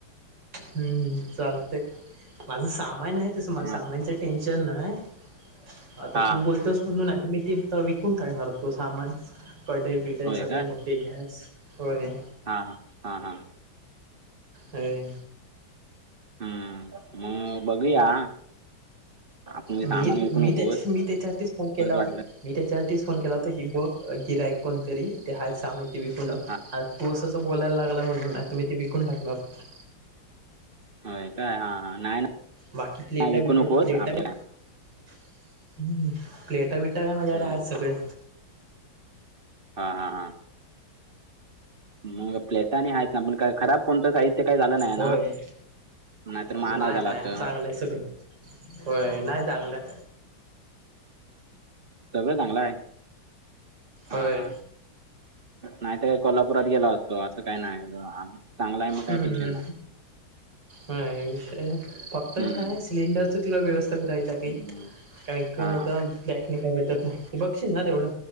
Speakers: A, on the right; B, on the right.
A: हम्म चालतंय. माझं सामान आहे, तसं माझ्या
B: हां
A: सामानच टेनशन नाहीय. आता
B: हां
A: तू बोलतोस म्हणून आता, मी ते विकून टाकणार तो सामान. कढई बिठई
B: होय
A: सगळे मोठ्ठी गॅस होय.
B: हा हा हा.
A: होय.
B: हम्म मग बघूया. आपण ते
A: मी
B: सामान विकू
A: मी
B: नकोस
A: त्याच्या मी त्याच्यावरतीच फोन केला
B: परत
A: होता.
B: वाटलं
A: मी त्याच्यासाठीच फोन केला होता, की बघ गिराईक कोणतरी ते हाय सामान ती विकूण लाव.
B: हा.
A: अ तू असं बोलायला लागला म्हणून आता मी ते विकून टाकलं असतं.
B: होय काय हां हां नाही
A: बाकी प्लेटा
B: नाही विकू
A: वि
B: नकोस
A: प्लेटा
B: आपण
A: बिट हम्म प्लेटा बिट्टा का माझ्याकडे
B: हां
A: आहेत सगळे.
B: हा हा हा. मग प्लेता आणि हाईत. पण काय खराब कोणतं साहित्य काही झालं नाही
A: होय
B: ना? नाहीतर मग आणाय
A: नाही
B: झालं
A: नाही
B: असतं
A: चांगलं सग होय नाही चांगलंय.
B: सगळं चांगलं आहे. हा
A: होय
B: हा. नाही तर कोल्हापुरात गेलो असतो असं काही नाही. <unintelligible> काय
A: हम्म.
B: टेन्शन नाही
A: हे विषय फक्त
B: हम्म,
A: काय सिलेंडरच तुला व्यवस्था करावी लागेल.
B: हम्म,
A: कारण का
B: हां
A: आता ब्लॅक पिकनिकत ना बघशील ना तेवढं.